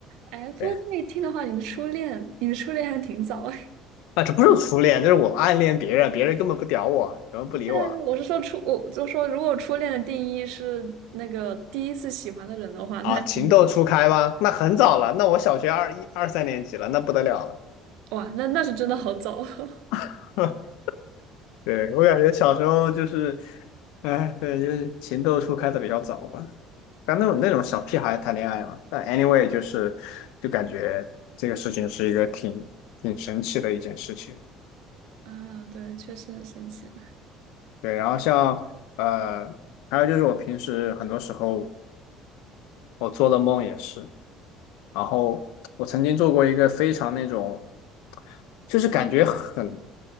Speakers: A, on the right; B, on the left.
A: 哎，不过这么一听的话，
B: 对，
A: 你的初恋，你的初恋还挺早哎。
B: 啊，这不是初恋，这是我暗恋别人，别人根本不屌我，根本不理我
A: <laughs> 对啊，我是说初，我就说如果初恋的定义是那个第一次喜欢的人的话，
B: 啊。
A: 那挺早。
B: 情窦初开吗？那很早了，那我小学二一二三年级了，那不得了了。
A: 哇，那那是真的好早。<laughs>
B: <laughs> 对，我感觉小时候就是，哎，对，就是情窦初开的比较早吧。但那种那种小屁孩谈恋爱嘛，但 anyway 就是，就感觉这个事情是一个挺挺神奇的一件事情。
A: 啊，对，确实很神奇的。
B: 对，然后像呃，还有就是我平时很多时候我做的梦也是，然后我曾经做过一个非常那种，就是感觉很